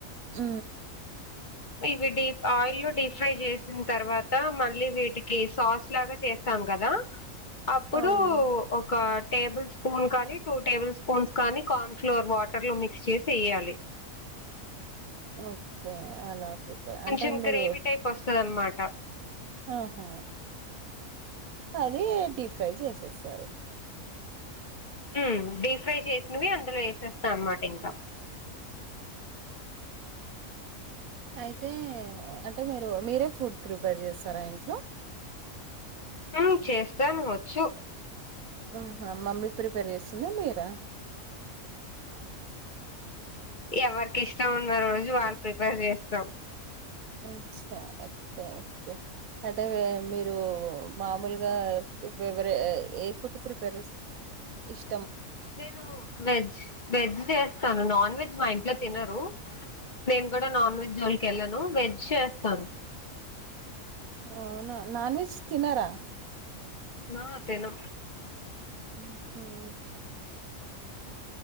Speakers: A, on the right; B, on the left.
A: ఊ
B: ఇవి డీప్ ఆయిల్ డీప్ ఫ్రై చేసిన తర్వాత మళ్ళీ వీటికి సాస్ లాగా చేస్తా కదా అప్పుడు
A: అవును.
B: ఒక టేబుల్ స్పూన్ కానీ టూ టేబుల్ స్పూన్స్ కానీ కార్న్ ఫ్లోర్ వాటర్ లో మిక్స్ చేసి వేయాలి <inaudible>
A: వచ్చే అలా ప్రిపేర్
B: కొంచెం
A: అంటే మీరు
B: గ్రేవీ టైప్ వస్తుంది ఆనమాట
A: ఆహా అది డీప్ ఫ్రై చేసేస్తారు
B: ఉ డీప్ ఫ్రై చేసినవి అందులో వేసేస్తా అన్నమాట ఇంకా
A: అయితే అంటే మీరు మీరే ఫుడ్ ప్రిపేర్ చేస్తారా ఇంట్లో
B: ఆ చేస్తాం వచ్చు
A: ఆహా మమ్మీ ప్రిపేర్ చేస్తుందా మీరా
B: ఎవరికి ఇష్టం ఉన్న రోజు వాళ్ళు ప్రిపేర్ చేస్తాం
A: అచ్చ ఒకే ఒకే అంటే మీరు మామూలుగా ఫేవర్ ఎ ఫుడ్ ప్రిపేర్ చేస్త ఇష్
B: నేను వెజ్ వెజ్ చేస్తాను నాన్ వెజ్ మా ఇంట్లో తినరు నేను కూడా నాన్ వెజ్ జోలికి వెళ్ళాను వెజ్ చేస్తాను <inaudible>
A: అవునా నాన్ వెజ్ తినరా
B: లో తను
A: ఊహ